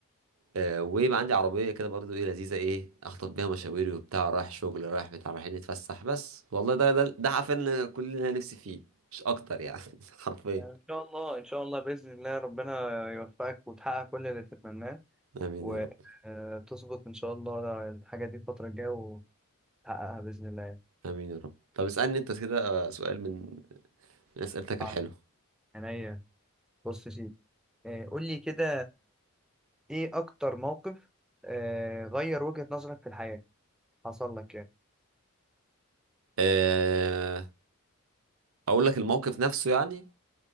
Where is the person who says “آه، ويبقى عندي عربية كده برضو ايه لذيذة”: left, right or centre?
Right